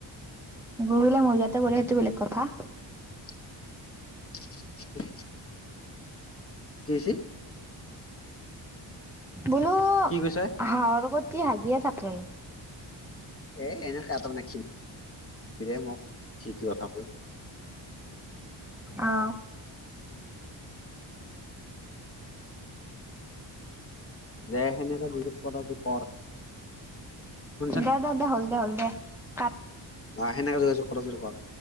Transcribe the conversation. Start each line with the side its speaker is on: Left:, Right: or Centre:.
Centre: গৰুবিলা মুৰ্গাতে সেইটো বেলেগ কথা।
Left: <unintelligible> কিছে?
Centre: বোলো
Left: কি কৈছ
Centre: হাঁহৰ কতি হাগিয়ে থাকে।
Left: এ এনে কাতৰ নাকি? ইৰে মোক যি তি কথা কয়।
Centre: অ।
Left: দে সেনেকে যুযোগ কৰা যদি কৰ। শুনিছানে
Centre: দে দে দে হ'ল দে হ'ল দে কাট
Left: আহ সেনেকা কৰ যদি কৰ।